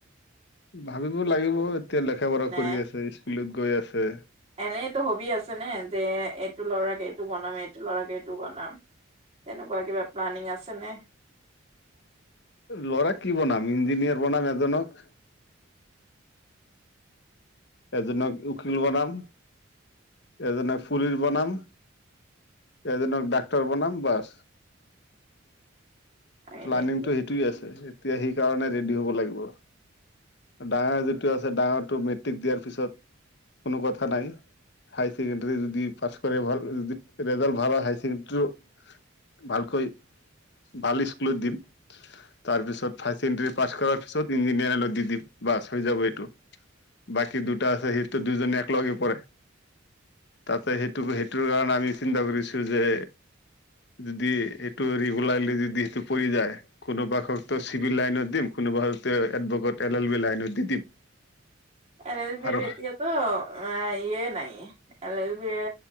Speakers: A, on the left; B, on the right.
A: ভাবিব লাগিব এতিয়া লেখা পঢ়া
B: নে
A: কৰি আছে স্কুলত গৈ আছে।
B: এনেইতো হবি আছে নে যে এইটো লৰাক এইটো বনাম এইটো ল'ৰাক এইটো বনাম। তেনেকুৱা কিবা প্লানিং আছে নে।
A: ল'ৰা কি বনাম ইঞ্জিনিয়াৰ বনাম এজনক। এজনক উকিল বনাম এজনক ফুলিচ বনাম। এজনক ডাক্তৰ বনাম বাছ।
B: এনে
A: প্লানিংতটো
B: কি?
A: সেইটোৱে আছে, এতিয়া সেই কাৰণে ৰেডি হ'ব লাগিব। ডাঙৰ যিটো আছে ডাঙৰটো মেট্ৰিক দিয়াৰ পিছত কোনো কথা নাই। হায় ছেকেণ্ডাৰী যদি পাছ কৰে ভাল যদি ৰেজাল্ট ভাল হয় হ ছেকেণ্ডীটো- ভালকৈ ভাল স্কুলত দিম। তাৰপিছত হায়াৰ ছেকেণ্ডেৰী পাছ কৰাৰ পিছত ইঞ্জিনিয়াৰিংত দিম বাছ হৈ যাব এইটো। বাকী দুটা আছে সেইটো দুজনে একেলগে পঢ়ে। তাতে সেইটো সেইটোৰ কাৰণে আমি চিন্তা কৰিছো যে যদি সেইটো ৰেগুলাৰলি যদি সেইটো পৰি যায়। কোনোবা হয়তো চিভিল লাইনত দিম, কোনোবা এডভকেট এল এল বি লাইনত দি দিম।
B: এল এল বিৰ
A: আৰু
B: এতিয়া তো ইয়ে নাই এল এল বি এ